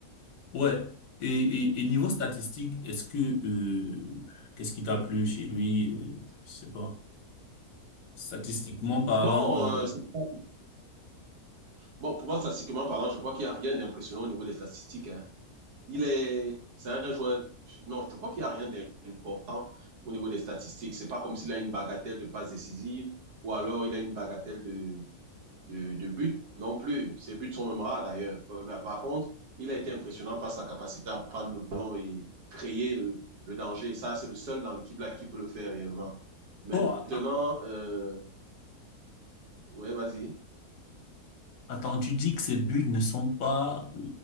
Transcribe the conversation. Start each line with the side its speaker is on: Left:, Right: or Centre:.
Left: ouais. Et, et, et niveau statistique, est-ce que euh, qu'est-ce qui t'a plu chez lui? Euh, je sais pas. Statistiquement parlant,
Right: Bon,
Left: euh...
Right: euh, c'est pas- bon, pour moi, statistiquement parlant, je crois qu'il n'y a rien d'impressionnant au niveau des statistiques. hein. Il est, c'est un joueur, non, je crois qu'il n'y a rien d'important au niveau des statistiques. C'est pas comme s'il a une bagatelle de passes décisives ou alors il a une bagatelle de, de, de but non plus. Ses buts sont même rares d'ailleurs. Mais par contre, il a été impressionnant par sa capacité à prendre le ballon et créer le, le danger. Ça, c'est le seul dans l'équipe là qui peut le faire réellement. Maintenant,
Left: bon,
Right: euh, ouais, vas-y.
Left: attends, tu dis que ses buts ne sont pas, euh,